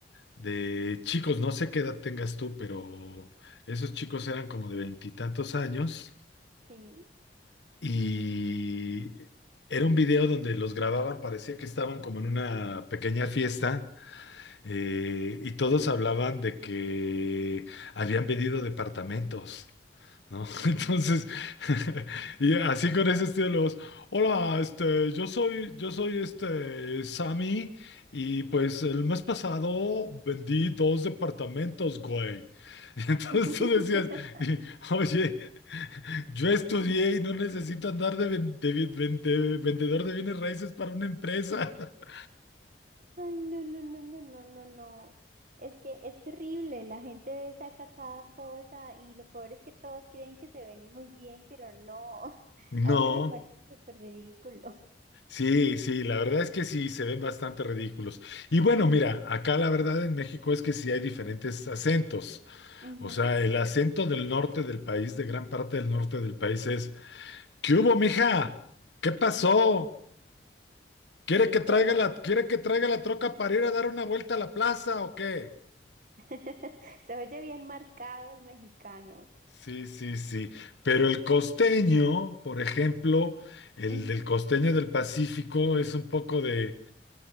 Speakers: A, on the left; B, on the right.
A: de chicos, no sé qué edad tengas tú, pero esos chicos eran como de veintitantos años
B: Sí.
A: y... Era un video donde los grababan, parecía que estaban como en una pequeña fiesta Eh, y todos hablaban de que habían vendido departamentos, ¿no? <laughs>
B: Ujú.
A: Entonces, <laughs> y así con ese estilo, los, hola, este, yo soy, yo soy este Sammy, y pues el mes pasado vendí dos departamentos, güey. <laughs> Y entonces
B: <laughs>
A: tú decías, <laughs> y, oye, yo estudié y no necesito andar de, ven- de vi- ven- de vendedor de bienes raíces para una empresa. <laughs>
B: Ay, no, no, no, no, no, no, no. Es que es terrible, la gente saca cada cosa y lo peor es que todos creen que se ven muy bien, pero no, <laughs>
A: No.
B: a uno le parece súper ridículo.
A: Sí, sí, la verdad es que sí, se ven bastante ridículos. Y bueno, mira, acá la verdad en México es que sí hay diferentes acentos.
B: Ujú.
A: O sea, el acento del norte del país, de gran parte del norte del país es, ¿qué hubo, mija? ¿Qué pasó? ¿Quiere que
B: Se
A: traiga
B: oye,
A: la, quiere que traiga la troca para ir a dar una vuelta a la plaza o qué?
B: <laughs> se oye bien marcado el mexicano.
A: Sí, sí, sí. Pero el costeño, por ejemplo, el
B: Ujú.
A: del costeño del Pacífico es un poco de...